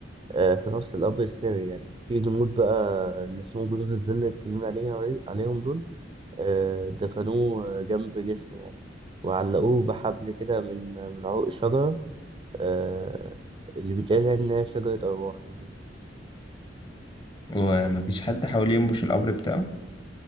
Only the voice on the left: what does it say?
ومفيش حد حاول ينبش القبر بتاعه